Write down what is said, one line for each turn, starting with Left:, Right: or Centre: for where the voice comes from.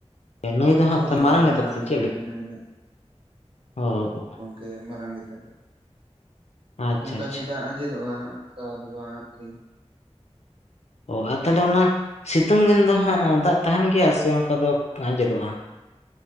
Left: ᱱᱟᱹᱭ ᱫᱚ ᱦᱟᱸᱜ
Right: ᱦᱳᱭ
Left: ᱛᱚ
Right: ᱦᱳᱭ
Left: ᱢᱟᱨᱟᱝ ᱜᱮᱛᱟ ᱯᱮ ᱥᱮ
Right: ᱜᱮᱛᱟᱞᱮᱭᱟ
Left: ᱪᱮᱫ ᱞᱮᱠᱟ
Right: ᱱᱟᱹᱭ ᱫᱚ
Left: ᱚᱦᱻᱚ
Right: <unintelligible> ᱢᱟᱨᱟᱝ ᱜᱮ ᱛᱟᱞᱮᱭᱟ
Left: ᱟᱪᱪᱷᱟ
Right: ᱚᱱᱠᱟ
Left: ᱟᱪᱪᱷᱟ
Right: ᱡᱮ ᱫᱟᱜ ᱟᱸᱡᱮᱫᱚᱜᱼᱟ ᱚᱱᱠᱟ ᱫᱚ ᱵᱟᱝ ᱟᱨᱠᱤ
Left: ᱚ ᱟᱨ ᱛᱟᱞᱦᱮ ᱚᱱᱟ ᱥᱤᱛᱩᱝ ᱫᱤᱱ ᱫᱚ ᱦᱟᱸᱜ ᱫᱟᱜ ᱛᱟᱦᱮᱸᱱ ᱜᱮᱭᱟ ᱥᱮ ᱚᱱᱠᱟ ᱫᱚ ᱟᱸᱡᱮᱫᱚᱜᱼᱟ